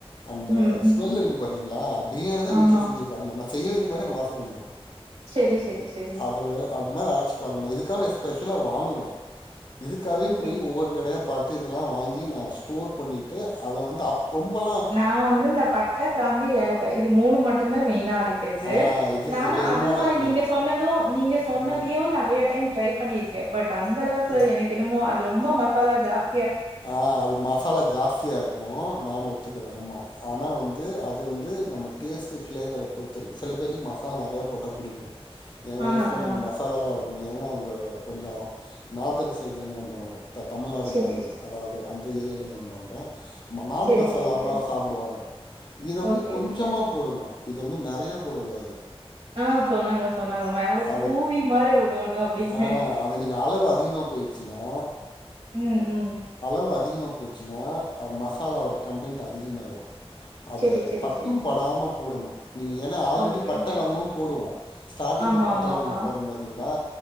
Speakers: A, on the left; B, on the right.
A: அந்த
B: ம் ம்
A: ஸ்மெல் இருக்கு பாத்தீங்க ளா பிரியாணிதா
B: ஆமா
A: வீட்ல செஞ்சுருக்காங்க நல்லா செய்யறதுக்கு முன்னாடியே அந்த வாசன வந்துரும்
B: செரி செரி செரிங்க
A: அது அ இந்த மாரி அரைச்சு பாருங்க இதுக்காக எஸ்பெஷலா வாங்குவே இதுக்காகவே
B: ஓகே
A: போய் ஒவ்வொரு கடையா பாத்து இதெல்லா வாங்கி நா ஸ்டோர் பண்ணிட்டு அத வந்து அப் ரொம்பலா
B: நா வந்து இந்த பட்ட கிராம்பு ஏலக்காய் இது மூணு மட்டுந்தா மெயினா அரைக் கிறது
A: ஆ இது
B: நானு
A: பெரும்பாலு
B: அது மாரி
A: ஆ
B: நீங்க சொன்னது நீங்க சொன்னதையு
A: ம்
B: நெறையா டைம் ட்ரை பண்ணிர்க்கே பட் டந்தளவுக்கு
A: ம்
B: எனக்கு என்னமோ அ ரொம்ப மசாலா ஜாஸ்
A: ஆ அது மசாலா ஜாஸ்த்தியா இருக்கு நானு ஒத்துக்குற ஆமா ஆனா வந்து அது வந்து நம்ம டேஸ்ட் ஃப்ளேவர பொறுத்திருக்கு சில பேத்துக்கு மசாலா நறையா போட்டா புடிக்கு ஏ ஒய்ஃப்குல்லா
B: ஆ, ஆ.
A: கொஞ்ச மசாலாவா இருக்கணு ஏன்னா அவுங்க கொஞ்சோ நார்தன் சைட்லேந்து வந்தவுங்க த தமிழ்நாடு
B: சரி,
A: நார்தன்ஸ் அது அந்த ஏரியாலலேந்து வந்தவுங்க நான்
B: சரி,
A: மசாலாவா
B: சரி, சரி.
A: சாப்புடுவாங்க இத வந்து
B: ஓகே,
A: கொஞ்சமா
B: ஓகே.
A: போடணு இது வந்து நறையா போடக் கூடாது
B: ஆ சொன்னாங்க சொன்னாங்க மேல
A: அத
B: தூவி மாரி விடோணு அப்டின்னு
A: ஆ அது நீங்க அளவு அதிகமா போயிருச்சுன்னா
B: ம் ம்
A: உப்பு அதிகமா போச்சுன்னா அது மசாலாவோட கண்டன்ட் அதிகமாயிரு அத
B: சரி, சரி,
A: பட்டும்
B: சரி.
A: படாம போடணு நீங்க ஏன்னா ஆல்ரெடி
B: ஓகே,
A: பட்டலவங்கமு
B: ஓகே.
A: போடுவோ ஸ்டார்ட்டிங்ல
B: ஆமாமாமா.
A: பட்டலவங்க போடுறோ பா்த்தீங்களா